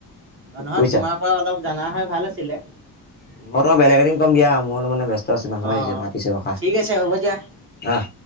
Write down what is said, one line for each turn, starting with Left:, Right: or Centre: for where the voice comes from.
Right: অ', নহয়
Left: বুজিছা।
Right: তোমাৰ পা অলপ জনা হয় ভাল আছিলে।
Left: মই তোমাৰ বেলেগ এদিন কম দিয়া মোৰ অলপ মানে ব্যস্ত আছে মানুহ
Right: অ
Left: আহিছে মাতিছে ৰখা।
Right: ঠিক আছে হ'ব দিয়া।
Left: অ'।